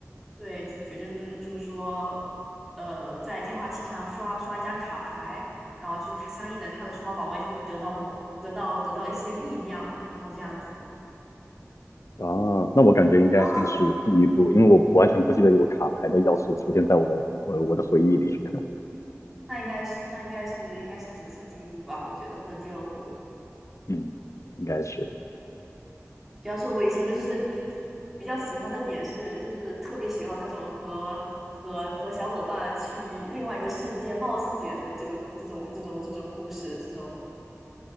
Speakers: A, in the centre; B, on the left (about 70°).
A: 对，主角就是就是说，呃，在电话机上刷刷一张卡牌，然后就是它相应的它的数码宝贝就会得到某得到得到一些力量，然后这样子，
B: 啊，那我感觉应该先是第一步，
A: 然后到
B: 因为我完全不记得有卡牌的要素出现在我的我我的回忆里。<laughs>
A: 那应该是那应该是应该是只是第一部吧，我觉得或者第二部。
B: 嗯，应该是的
A: 主要是我以前就是比较喜欢的点是，就是特别喜欢那种和和和小伙伴去另外一个世界冒险的这个这种这种这种故事，这种